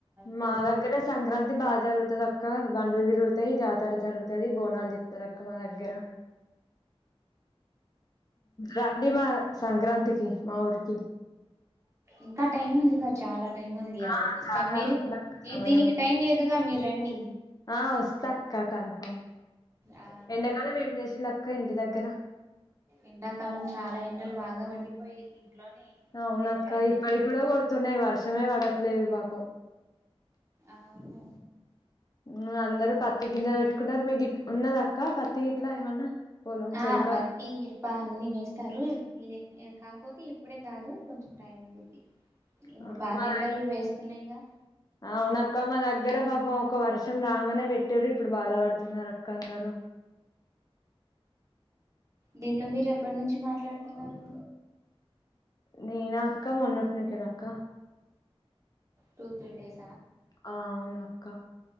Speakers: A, on the right (about 30°); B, on the left (about 40°).
A: ప్రజెంట్
B: మా దగ్గర సంక్రాంతి బాగా జరుగుతది అక్క బండ్లు తిరుగుతాయి జాత ర జరుగుతది బోనాలు ద్ద రక్క మా దగ్గర రండి మా సంక్రాంతికి మా ఊరికి
A: ఇంకా టైం ఉంది గా చాలా టైం ఉంది అప్పటికొస్త
B: ఆ చాలా
A: మీరు
B: ఉందక్క
A: ఈ
B: సమయం
A: దీనికి టైం లేదుగా మీరు రండి
B: ఆ వస్తా అక్క కన్ఫామ్
A: ఆ
B: ఎండాకాలం ఏం జేసిలక్క ఇంటి దగ్గర
A: ఎండాకాలం చాలా ఎండలు బాగా మండిపోయాయి ఇంట్లోనే
B: అవునక్క
A: నేను టైలరింగ్
B: ఇప్పటికి గూడా కొడుతున్నాయి వర్షమే పడట్లేదు పాపం
A: అవును
B: ఉమ్ అందరూ పత్తి గింజలు పెట్టుకుంటరు మీ గిట్ ఉన్నదా అక్క పత్తి గిట్లా ఏమన్నా పొలం
A: ఆ
B: చెలక
A: పత్తి మిరప అన్ని వేస్తారు కాకపోతే ఇప్పుడే కాదు కొంచెం టైం ఉండిది ఇప్పుడు
B: ఆ,
A: బాగా
B: మా
A: ఎండలు
B: దగ్-
A: వేస్తున్నాయిగా
B: అవునక్క మా దగ్గర పాపం ఒక వర్షం రాగానే పెట్టిరు ఇప్పుడు బాధపడుతున్నారు అక్క అందరూ
A: దీనిలో మీరు ఎప్పటి నుంచి మాట్లాడుతున్నారు
B: నేనా అక్క మొన్నటి నుంచే అక్క
A: టూ త్రీ డేస్
B: ఆ అవును అక్క